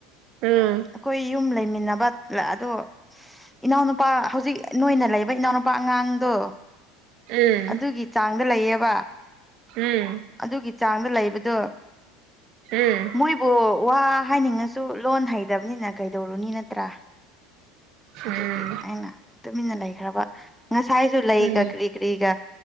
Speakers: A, on the right; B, in the centre.
A: ꯎꯝ
B: ꯑꯩꯈꯣꯏ ꯌꯨꯝ ꯂꯩꯃꯤꯟꯅꯕ ꯑꯗꯣ ꯏꯅꯥꯎꯅꯨꯄꯥ ꯍꯧꯖꯤꯛ ꯅꯣꯏꯅ ꯂꯩꯕ ꯏꯅꯥꯎꯅꯨꯄꯥ ꯑꯉꯥꯡꯗꯣ
A: ꯎꯝ
B: ꯑꯗꯨꯒꯤ ꯆꯥꯡꯗ ꯂꯩꯌꯦꯕ
A: ꯎꯝ
B: ꯑꯗꯨꯒꯤ ꯆꯥꯡꯗ ꯂꯩꯕꯗꯣ
A: ꯎꯝ
B: ꯃꯣꯏ ꯕꯣ ꯋꯥ ꯍꯥꯏꯅꯤꯡꯉꯁꯨ ꯂꯣꯟ ꯍꯩꯇꯕꯅꯤꯅ ꯀꯩꯗꯧꯔꯨꯅꯤ ꯅꯠꯇ꯭ꯔꯥ
A: ꯎꯝ
B: ꯑꯗꯨꯒꯤ ꯑꯩꯅ ꯇꯨꯃꯤꯟꯅ ꯂꯩꯈ꯭ꯔꯕ ꯉꯁꯥꯏꯁꯨ ꯂꯩꯒ
A: ꯎꯝ
B: ꯀꯔꯤ ꯀꯔꯤꯒ